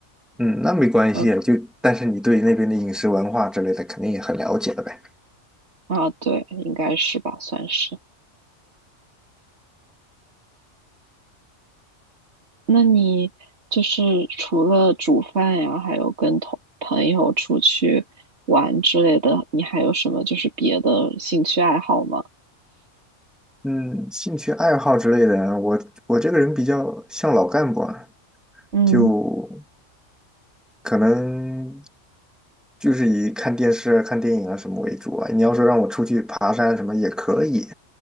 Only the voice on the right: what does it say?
嗯
啊，对，应该是吧，算是。那你就是除了煮饭呀，还有跟同朋友出去玩之类的，你还有什么就是别的兴趣爱好吗？
嗯